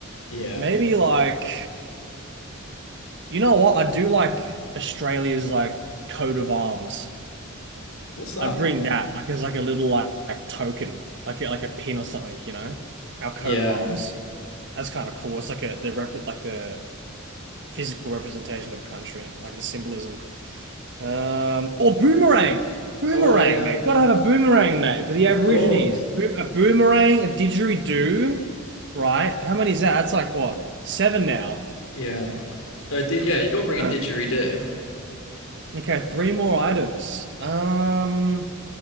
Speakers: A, on the left (about 85°); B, on the right (about 60°).
A: yeah.
B: Maybe like you know what? I do like Australia's like coat of arms.
A: What's that?
B: I'd bring that like as like a little like, like token, like a, like a pin or something, you know? Our coat
A: Yeah.
B: of arms. That's kind of cool. It's like a the rep like the physical representation of a country, like the symbolism. Um, or boomerang, boomerang,
A: Oh yeah.
B: mate. Gotta have a boomerang, mate, for the
A: Of
B: Aborigines.
A: course.
B: Bo a boomerang, a didgeridoo, right? How many is that? That's like what? Seven now.
A: Yeah. Oh di- yeah. You got to bring
B: <clears throat>
A: a didgeridoo.
B: Okay, three more items. Um,